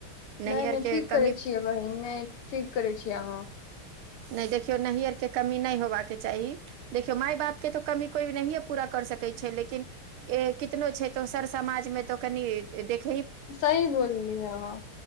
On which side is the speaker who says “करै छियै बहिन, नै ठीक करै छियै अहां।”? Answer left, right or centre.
Left